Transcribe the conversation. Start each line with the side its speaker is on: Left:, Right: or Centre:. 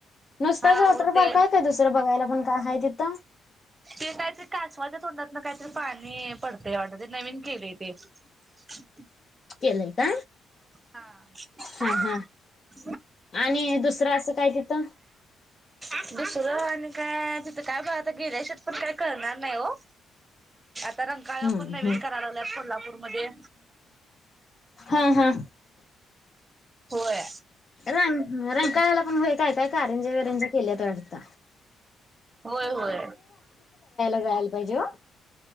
Left: नुसता्याच वॉटर
Right: हो ते
Left: पार्क आहे काय दुसरं बघायला पण काय आहे तिथं.
Right: ते काहीतरी कासवाच्या तोंडात ना काहीतरी पाणी पडतय वाट ते नवीन केले ते, ह
Left: केलंय का
Right: हा ह
Left: हा हा
Right: <unintelligible>
Left: आणि दुसरं असं काय तिथं?
Right: तु आणि काय तिथं काय ब आता गेल्या शेवट पण काय करणार नाही हो! तर रंकाळ
Left: हम्म
Right: पण नवीन
Left: हम्म
Right: कराय लागल्यात कोल्हापूरमध्ये.
Left: हा हा.
Right: होय!
Left: रंग रंकाळ्याला पण होय काय काय का कारंजे वरेंजे केल्यात वाटत.
Right: होय होय
Left: जायला पाहिजे ओ.